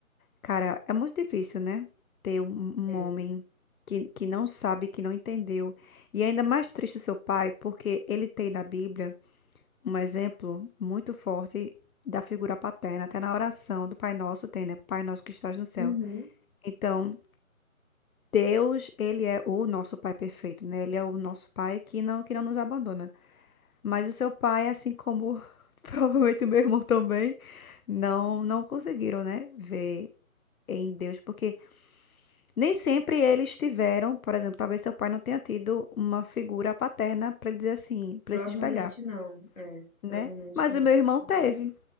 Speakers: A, on the left; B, on the left.
A: cara, é muito difícil, né? Ter um, um
B: É.
A: homem que, que não sabe, que não entendeu. E é ainda mais triste o seu pai, porque ele tem na Bíblia um exemplo muito forte da figura paterna, até na oração do Pai Nosso tem, né? Pai Nosso que estás no céu.
B: Uhum.
A: Então, Deus, ele é o nosso pai perfeito, né? Ele é o nosso pai que não, que não nos abandona. Mas o seu pai, assim como <laughs> provavelmente o meu irmão também, não, não conseguiram, né? Ver em Deus, porque nem sempre eles tiveram, por exemplo, talvez seu pai não tenha tido uma figura paterna para ele dizer assim, para
B: Provavelmente
A: ele se espelhar,
B: não. É,
A: né?
B: provavelmente
A: Mas
B: não.
A: o meu irmão teve,